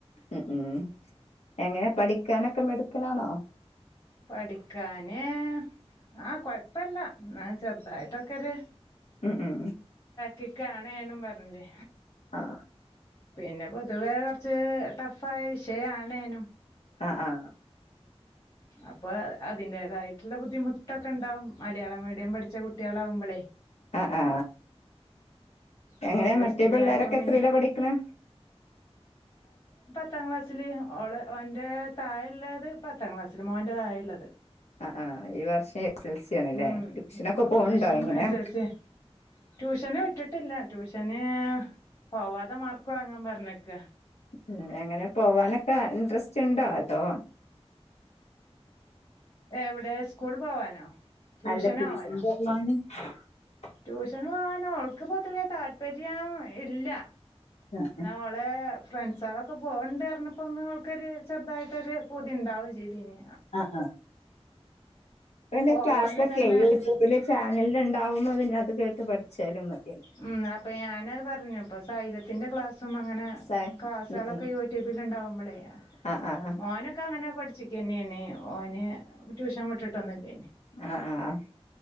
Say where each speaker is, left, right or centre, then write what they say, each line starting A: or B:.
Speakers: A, on the left; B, on the left.
A: ഉം ഉം എങ്ങനെ പഠിക്കാനൊക്കെ മെടുക്കനാണോ
B: പഠിക്കാന് ആ കൊഴപ്പല്ല എന്ന ചെറുതായിട്ടൊക്കെര്
A: ഉം ഉം
B: ക്ക് കാണാനും പറഞ്ഞില്ലേ
A: ആ
B: പിന്നെ പൊതുവേ കുറച്ച് ടഫായ വിഷയണേനും
A: ആ ആ
B: അപ്പൊ അതിന്റേതായിട്ടുള്ള ബുദ്ധിമുട്ടൊക്കെ ഉണ്ടാവും മലയാള മീഡിയം പഠിച്ച കുട്ടികളാവുമ്പോളേ
A: ആ ആ എങ്ങനെയാ
B: ഇപ്പൊ പ്ലസ്
A: മറ്റേ
B: ടുലായപ്പം
A: പിള്ളേരൊക്കെ എത്രയിലോ
B: പിന്നെ
A: പഠിക്കണേ
B: ത്താം ക്ലാസ്സില് ഓള് ഓന്റെ താഴ ഉള്ളള്ളത് പത്താം ക്ലാസ്സില് മോന്റെ താഴെ ഉള്ളത്
A: ആ ആഹ്ഈ വർഷം എസ് എൽ സി ആണ് ല്ലേ
B: ഉം
A: ട്യൂഷനൊക്കെ പോന്നു
B: ഈ വർഷം
A: ണ്ടോ എങ്ങനെയാ
B: എസ് എൽ സി ട്യൂഷന് വിട്ട് ട്ടില്ല ട്യൂഷന് പോവാതെ മാർക് വാങ്ങാൻ പറഞ്ഞേക്ക
A: ഉം അങ്ങനെ പോവാനൊക്കെ ഇൻട്രസ്റ്റ് ഉണ്ടോ അതോ
B: എവിടെ സ്കൂൾ പോവാനോ ട്യൂഷന്
A: അല്ല ട്യൂഷൻ
B: പോവാനോ
A: <inaudible>
B: ട്യൂഷൻ പോവാന ഓൾക്ക് പൊതുവേ താല്പര്യം ഇല്ല
A: ആ
B: പിന്ന അവളെ ഫ്രണ്ട്സളൊക്കെ പോവണ്ട് പറഞ്ഞപ്പൊ അവൾക്കൊരു ചെറുതായിട്ടൊരു പൂതിയുണ്ട ണ്ടാവൂഏ ചെയ്തീനി
A: ആ ആ ഇപ്പ പിന്നെ
B: പോവാനും
A: ക്ലാസ് ഒക്കെ
B: തന്നെ
A: യൂട്യൂബില് ചാനൽല് ഉണ്ടാവുമോ പിന്നെ അത് കേട്ട് പഠിച്ചാലും മതി
B: ഉം അപ്പൊ ഞാന പറഞ്ഞ അപ്പ സയിരത്തിന്റെ ക്ലാസ് സും അങ്ങനെ
A: സായ
B: ക്ലാസ്സുകളൊക്കെ
A: ഉം ഉം
B: യൂട്യൂബിൽ ഉണ്ടാവുമ്പോളേ
A: ആ ആ
B: മോനൊക്കെ അങ്ങനെ പഠി ഒറ്റക്കെന്യാണ് ഓന് ട്യൂഷൻ വിട്ടിട്ടൊന്നും ഇല്ലായിന്
A: ആ ആ